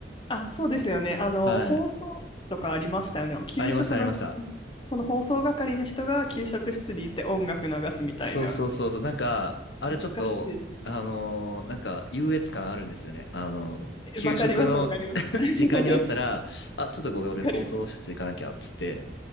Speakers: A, on the left (about 30°); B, on the left (about 75°).
A: あ、そうですよね。あの、
B: はい。
A: 放送室とかありましたよね。給食の時間に、
B: ありました、ありました。
A: この放送係の人が給食室に行って音楽流すみたいな。
B: そうそうそうそう。なんか、あれちょっと、
A: 懐かしい。
B: あのーなんか優越感あるんですよね。あの、
A: えわかります、
B: 給食の
A: わかります。<laughs>
B: 時間になったら、
A: わ
B: あ、ちょっとごめん、俺放送室行かなきゃ、
A: かります。
B: っつって、